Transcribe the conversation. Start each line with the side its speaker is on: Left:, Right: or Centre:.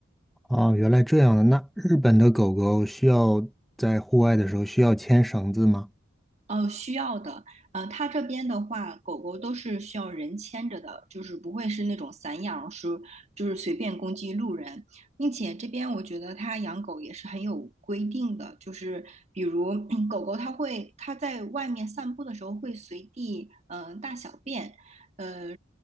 Centre: 啊，原来这样的。那日本的狗狗需要在户外的时候需要牵绳子吗？
Right: 呃，需要的，呃，它这边的话，狗狗都是需要人牵着的，就是不会是那种散养，是就是随便攻击路人，并且这边我觉得它养狗也是很有规定的，就是比如 <clears throat> 狗狗它会它在外面散步的时候会随地嗯、呃大小便，呃，